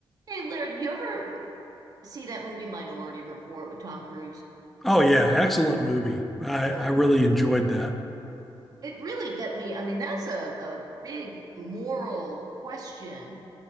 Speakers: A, on the right (about 40°); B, in the centre.
A: Hey, Laird, you ever see that movie Minority Report with Tom Cruise?
B: Oh yeah, excellent movie. I
A: It really,
B: I really enjoyed that.
A: it really got me. I mean, that's a, a big moral question